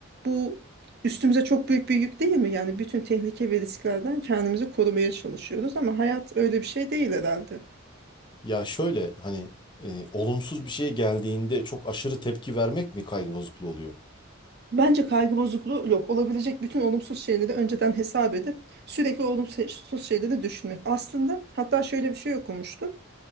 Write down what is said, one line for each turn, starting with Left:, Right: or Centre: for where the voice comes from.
Right: Bu üstümüze çok büyük bir yük değil mi? Yani bütün tehlike ve risklerden kendimizi korumaya çalışıyoruz ama hayat öyle bir şey değil herhalde.
Left: Ya şöyle hani e, olumsuz bir şey geldiğinde çok aşırı tepki vermek mi kaygı bozukluğu oluyor?
Right: Bence kaygı bozukluğu yok. Olabilecek bütün olumsuz şeyleri önceden hesap edip sürekli olumsuz şeyleri düşünmek. Aslında hatta şöyle bir şey okumuştum.